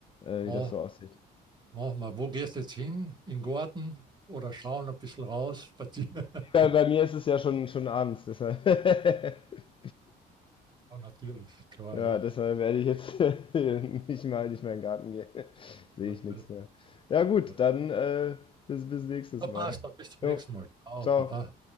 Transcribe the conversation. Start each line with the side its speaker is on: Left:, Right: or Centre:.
Left: äh,
Right: mach,
Left: wie das so aussieht.
Right: mach mal. Wo gehst jetzt hin? In den Garten oder schauen ein bisschen raus, spazieren? <laughs>
Left: Bei, bei mir ist es ja schon, schon abends, deshalb. <laughs>
Right: Ja, natürlich, klar,
Left: Ja,
Right: ja.
Left: deshalb werde ich jetzt <laughs> nicht mal, nicht mal in den Garten gehen. <laughs> Sehe
Right: Ja,
Left: ich nichts
Right: ja,
Left: mehr. Ja gut,
Right: ja.
Left: dann äh, bis, bis nächstes
Right: Na,
Left: Mal.
Right: passt, dann bis zum
Left: Jo,
Right: nächsten Mal. Ciao,
Left: ciao.
Right: Papa.